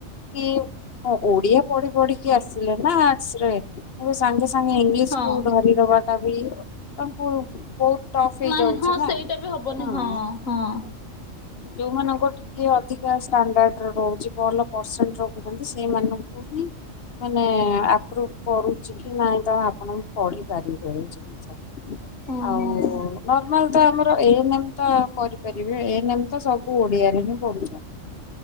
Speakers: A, on the left; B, on the left.
A: କି ହଁ, ଓଡ଼ିଆ ପଢି ପଢିକି ଆସିଲେ ନା ଆର୍ଟ୍ସରେ ଏବେ ସାଙ୍ଗେ ସାଙ୍ଗେ ଇଂଗିଲିଶ
B: ହଁ।
A: କୁ ଧରି ଦବାଟା ବି ଆପଣ ବହୁତ ଟଫ୍ ହେଇଯାଉଛି
B: ନାଇଁ ହଁ
A: ନା
B: ସେଇଟା ବି ହବନି
A: ହଁ,
B: ହଁ।
A: ଯୋଉମାନଙ୍କୁ ଟିକେ ଅଧିକା ଆସି ଷ୍ଟାଣ୍ଡାର୍ଡରେ ରହୁଛି ଭଲ ପରସେଣ୍ଟ ରଖୁଛନ୍ତି ସେଇମାନଙ୍କୁ ହିଁ ମାନେ ଆପ୍ରୁଭୁ କରୁଛି କି ନାଇଁ ତ ଆପଣ ପଢିପାରିବେ ଏ ଜିନିଷ
B: ହଁ
A: ଆଉ
B: ହଁ
A: ନର୍ମାଲ ତ ଆମର ଏନେ ଏମ୍ ତ କରିପାରିବେ ଏନେ ଏମ୍ ତ ସବୁ ଓଡିଆରେ ହିଁ ପଢୁଛ।